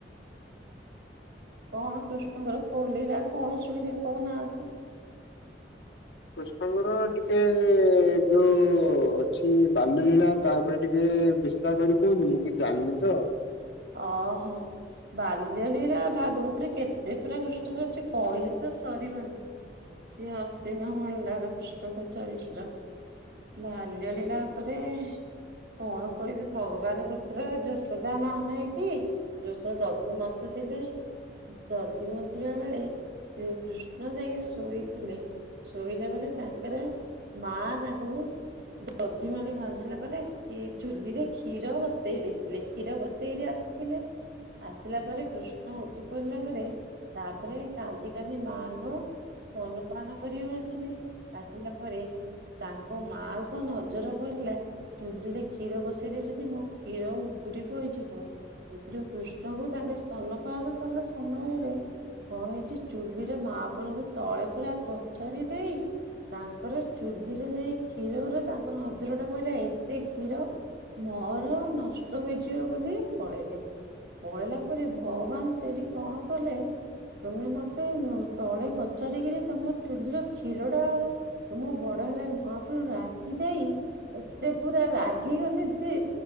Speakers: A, on the right (about 70°); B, on the left (about 75°).
A: କଣ କୃଷ୍ଣଙ୍କ ର କୋଉ ଲୀଳା କଣ ଶୁଣିବେ କଉ ନାହାନ୍ତି?
B: କୃଷ୍ଣଙ୍କର ଟିକେ ଯୋଉ ଅଛି ବାଲ୍ୟ ଲୀଳା ତା ଉପରେ ଟିକେ ବିସ୍ ଚିନ୍ତା କରି କହୁଥିଲି। ମୁଁ କିଛି ଜାଣିନି ତ।
A: ଅ ହଁ। ବାଲ୍ୟଲୀଳା ଭାଗବତ ରେ କେତେ ପୁରା ବୃଷ୍ଟି କରିଛି କଇଲେ ତ ସରିବନି। ସିଏ ଅସୀମ ଭଣ୍ଡାର କୃଷ୍ଣଙ୍କ ଚରିତ୍ର। ବାଲ୍ୟଲୀଳା ଉପରେ। କଣ କହିବି ଭଗବାନ ପୂତ୍ର ଯଶୋଦା ମା। ନାଇଁ କି ଯୋଉ ସେ ଦଧି ମନ୍ଥୁଥିଲେ ଦଧି ମନ୍ଥିବା ବେଳେ। କିଏ କୃଷ୍ଣ ଯାଇକି ଶୋଇଥିଲେ ଶୋଇଲା ବେଳେ ତାଙ୍କେରେ। ମା ତାଙ୍କ କୁ। ଦଧି ଭାଣ୍ଡି ଭାଙ୍ଗିଲା ପରେ ଖି ଚୁଲିରେ କ୍ଷୀର ବସେଇ ଦେଇଥିଲେ କ୍ଷୀର ବସ ଇ କିରି ଆସିଥିଲେ ଆସିଲା ପରେ କୃଷ୍ ତୁ ଉଠି ପଡିଲା ପରେ ତାପରେ କାନ୍ଦି କାନ୍ଦି ମାଙ୍କୁ। ସ୍ତନପାନ କରିବାକୁ ଆସିଲେ ଆସିଲା ପରେ‌। ତାଙ୍କ ମାଆଙ୍କ ନଜର ପଡିଲା। ଚୁଲିରେ କ୍ଷୀର ବସେଇ ଦେଇଛନ୍ତି ମୋ କ୍ଷୀର ଉତୁରି ପଇଚି। କୂଅ ପୁତ୍ରି କୃଷ୍ଣଙ୍କୁ ତାଙ୍କେ ସ୍ତନ ପାଳନ କଲା ସମୟରେ। କଣ ହେଇଛି ଚୁଲିରେ ମାପୁରୁ ଙ୍କୁ ତଳେ ପୁରା କଚାଡି ଦେଇ। ତାଙ୍କର ଚୁଲିରେ ଯାଇ କ୍ଷୀର ଗୁରା ତାଙ୍କ ନଜରଟା ପଇଲା ଏ ଏତେ କ୍ଷୀର ମୋର ନଷ୍ଟ ହୋଇଯିବ ବୋଲି ପଳେଇଲେ। ପଳେଇଲା ପରେ ଭଗବାନ ସେଇଠି କଣ କଲେ। ତମେ ମତେ ନୁ ତଳେ କଚାଡିକିରି ତମ ଚୁଲିର କ୍ଷୀରଟା। ତ ମୁଁ ବଡ ହେଲେ ମହାପ୍ରଭୁ ରାଗି ଯାଇ। ଏତେ ପୁରା ରାଗିଗଲେ ଯେ